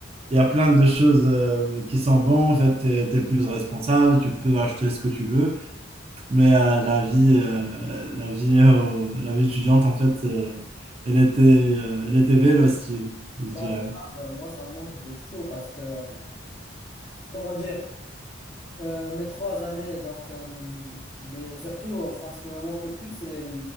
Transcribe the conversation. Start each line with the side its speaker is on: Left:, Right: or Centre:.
Right: il y a plein de choses euh, qui sont bonnes. En fait, tu es, plus responsable, tu peux acheter ce que tu veux. Mais euh, la vie, euh, la vie, euh, au- la vie étudiante, en fait, euh, elle était, euh, elle était véloce, tu- je dirais.
Left: Bah, grave, moi, ça me manque de fou parce que, euh, comment dire, euh, mes trois années, donc, euh, les, surtout, enfin, ce qui me manque le plus, c'est les,